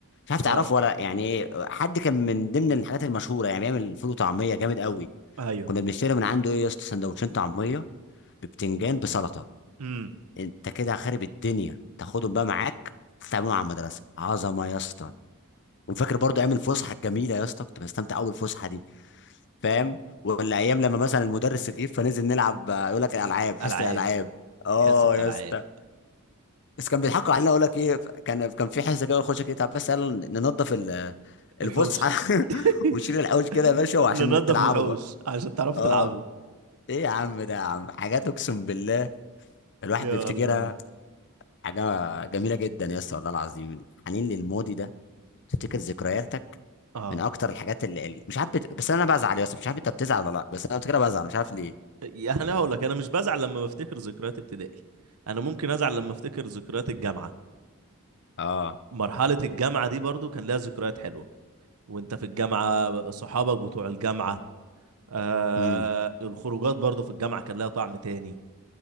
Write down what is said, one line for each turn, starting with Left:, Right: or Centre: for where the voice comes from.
Left: مش عارف تعرفه
Right: اه
Left: ولا يعني حد كان من ضمن الحاجات المشهوره يعني بيعمل فول وطعميه جامد قوي
Right: ايوه
Left: كنا بنشتري من عنده ايه يا اسطى سندوتشين طعميه ببتنجان بسلطه
Right: امم
Left: انت كده خارب الدنيا تاخدهم بقى معاك تتعاملوا مع المدرسه عظمه يا اسطى وفاكر برضو ايام الفسحه الجميله يا اسطى كنت بستمتع قوي بالفسحه دي فاهم ولا ايام لما مثلا المدرس يغيب فننزل نلعب آه، يقول لك الالعاب حصه
Right: العاب
Left: الالعاب اه
Right: حصه العاب
Left: يا اسطى بس كان بيضحكوا علينا يقول لك ايه كان كان في حصه كده يخش كده طب بس قالوا ننظف ال- الفسحه
Right: الحوش
Left: <laughs>
Right: <laughs>
Left: ونشيل الحوش كده يا باشا
Right: ن-
Left: وعشان
Right: ننظف
Left: تلعبوا
Right: الحوش
Left: بقى
Right: عشان تعرفوا
Left: اه
Right: تلعبوا
Left: ايه يا عم ده يا عم حاجات اقسم بالله الواحد
Right: يا
Left: بيفتكرها
Right: الله
Left: حاجة جميلة جدا يا اسطى والله العظيم الحنين للماضي ده تفتكر ذكرياتك
Right: اه
Left: من أكتر الحاجات اللي اللي- مش عارف بت... بس أنا بزعل يا اسطى مش عارف أنت بتزعل ولا لأ بس أنا كده بزعل مش عارف ليه
Right: يعني انا هقول لك انا مش بزعل لما بفتكر ذكريات ابتدائي انا ممكن ازعل لما افتكر ذكريات الجامعه
Left: اه
Right: مرحله الجامعه دي برضو كان لها ذكريات حلوه وانت في الجامعة صحابك بتوع الجامعة آه
Left: امم
Right: الخروجات برضو في الجامعة كان لها طعم تاني